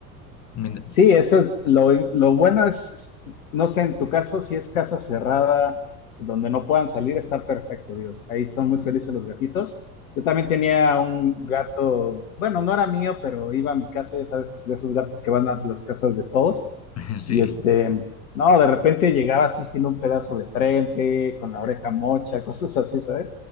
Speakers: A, on the left (about 35°); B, on the left (about 60°).
A: mient-
B: Sí, eso es lo, lo bueno es, no sé, en tu caso, si es casa cerrada, donde no puedan salir, está perfecto, Dios. Ahí son muy felices los gatitos. Yo también tenía un gato, bueno, no era mío, pero iba a mi casa, ya sabes, de esos gatos que van a las casas de todos.
A: <laughs> sí.
B: Y este, no, de repente llegaba así sin un pedazo de frente, con la oreja mocha, <laughs> cosas así, ¿sabes?